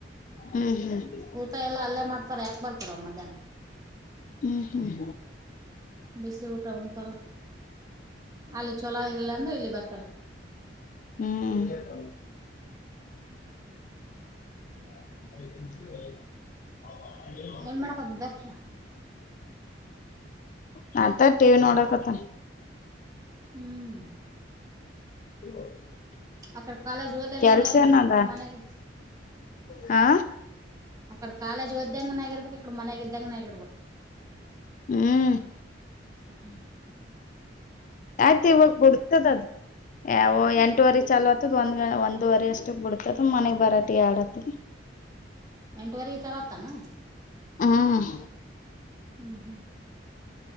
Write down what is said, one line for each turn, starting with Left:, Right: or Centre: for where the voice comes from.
Left: ಹ್ಮ್ ಹ್ಮ್ ಹ್ಮ್
Right: ಊಟ ಎಲ್ಲ ಅಲ್ಲೇ ಮಾಡ್ತಾರ ಯಾಕ ಬರ್ತಾರ ಮಧ್ಯಾಹ್ನ.
Left: ಹ್ಮ ಹ್ಮ
Right: ಬಿಸಿ ಊಟ ಉಂತಾವ ಅಲ್ಲಿ ಚಲೋ ಆಗಿಲ್ಲ ಅಂದ್ರೆ ಇಲ್ಲಿ ಬರ್ತಾರ.
Left: ಹ್ಮ <inaudible>
Right: ಏನ್ ಮಾಡಕದ ದಕ್ಷ
Left: ನತ್ತ ಟಿ ವಿ ನೋಡಕತ್ತ
Right: ಹ್ಮ
Left: <inaudible>
Right: ಅಕಡೆ ಕಾಲೇಜ್ ಓದದಂಗೆ
Left: ಕೆಲ್ಸ
Right: ಆಗಿರ್ಬೇಕ
Left: ಏನದ
Right: ಈಕಡೆ ಮನೆಗೆ
Left: ಹಾ
Right: ಅಕಡ ಕಾಲೇಜ್ ಓದ್ದಂಗನ ಆಗಿರ್ಬೇಕ ಇಕಡ ಮನೆಗ ಇದ್ದಂಗನ ಆಗಿರ್ಬೇಕ.
Left: ಹ್ಮ
Right: ಹ್ಮ
Left: ಯಾತ ಇವಾಗ ಬಿಡ್ತದ ಅದ ಯ ವ ಎಂಟುವರಿ ಚಲೋತ್ತದ ಒಂದ ಒಂದುವರೆ ಅಷ್ಟು ಬಿಡತದ ಮನೆಗ ಬರಟ ಯಾಡತದ.
Right: ಎಂಟವರೆಗೆ ಚಲತ್ತಮೋ
Left: ಹ್ಮ್
Right: ಹ್ಮ್